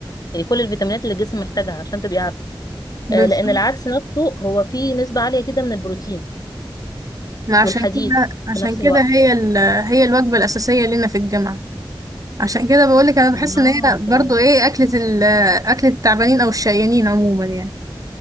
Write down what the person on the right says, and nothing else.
بالظبط
ما عشان
كده عشان
كده
هي ال... هي الوجبة الأساسية لنا في الجامعة عشان كده بقولك انا
بحس ان هي برضو
ايه اكلة ال اكلة التعبانين او الشقيانين عموما يعني